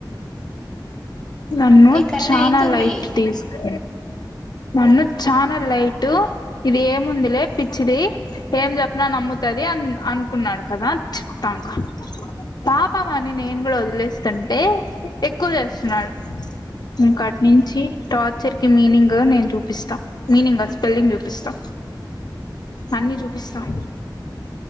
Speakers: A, on the left; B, in the centre.
A: నన్ను
B: నీకు అన్ని
A: చనా
B: అయితున్నాయి
A: లైట్ తీసుకు నన్ను చానా లైట్ ఇది ఏముందిలే పిచ్చిది ఏం చెప్పిన నమ్ముతుది అని అనుకున్నాడు కదా చెప్తా కా పాపమానీ నేన్ కూడా ఒదిల్ లిస్తుంటే ఎక్కువ చేస్తున్నాడు కట్ నుంచి టార్చర్ కి మీనింగ్ నేను చూపిస్తా మీనింగ్ స్పెల్లింగ్ చూపిస్తా అన్నిీ చూపిస్తాం